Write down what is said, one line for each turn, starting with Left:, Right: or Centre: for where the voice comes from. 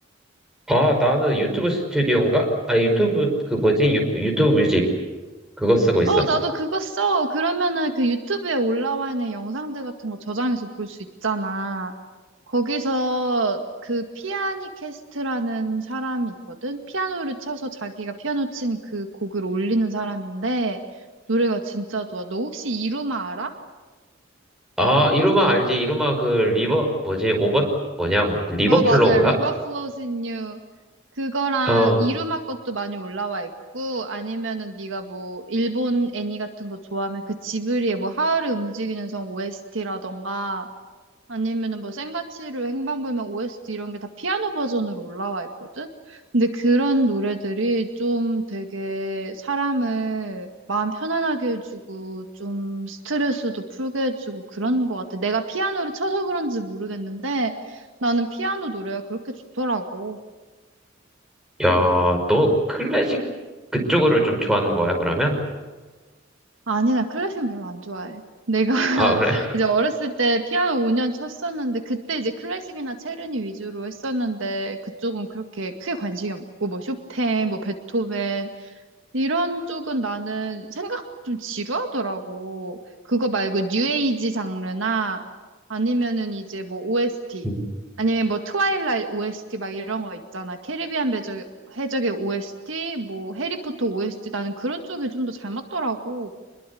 Centre: 아, 나는 유튜브 스튜디오인가? 아, 유튜브, 그 뭐지? 유, 유튜브 뮤직. 그거 쓰고 있어.
Right: 어, 나도 그거 써. 그러면은 그 유튜브에 올라와 있는 영상들 같은 거 저장해서 볼 수 있잖아. 거기서 그 피아니캐스트라는 사람이 있거든? 피아노를 쳐서 자기가 피아노 친 그 곡을 올리는 사람인데 노래가 진짜 좋아. 너 혹시 이루마 알아?
Centre: 아, 이루마 알지? 이루마 그 리버 뭐지? 오버 뭐냐? 뭐, 리버플로우인가?
Right: 어, 맞아요. River Flows in You. 그거랑
Centre: 어.
Right: 이루마 것도 많이 올라와 있고, 아니면은 네가 뭐, 일본 애니 같은 거 좋아하면 그 지브리의 뭐, 하울의 움직이는 성 OST라던가, 아니면은 뭐 생가치로 행방불명 OST 이런 게 다 피아노 버전으로 올라와 있거든? 근데 그런 노래들이 좀 되게 사람을 마음 편안하게 해주고 좀 스트레스도 풀게 해주고 그러는 것 같아. 내가 피아노를 쳐서 그런지 모르겠는데 나는 피아노 노래가 그렇게 좋더라고.
Centre: 야, 너 클래식 그쪽으로 좀 좋아하는 거야, 그러면?
Right: 아니, 나 클래식은 별로 안 좋아해. 내가 <laughs>
Centre: 아, 그래.
Right: 이제 어렸을 때 피아노 5년 쳤었는데, 그때 이제 클래식이나 체르니 위주로 했었는데, 그쪽은 그렇게 크게 관심이 없고, 뭐 쇼팽, 뭐 베토벤, 이런 쪽은 나는 생각 좀 지루하더라고. 그거 말고 뉴에이지 장르나, 아니면은 이제 뭐 OST,
Centre: 음. <laughs>
Right: 아니면 뭐 트와일라이트 OST 막 이런 거 있잖아. 캐리비안 배적 해적의 OST, 뭐 해리포터 OST, 나는 그런 쪽이 좀 더 잘 맞더라고.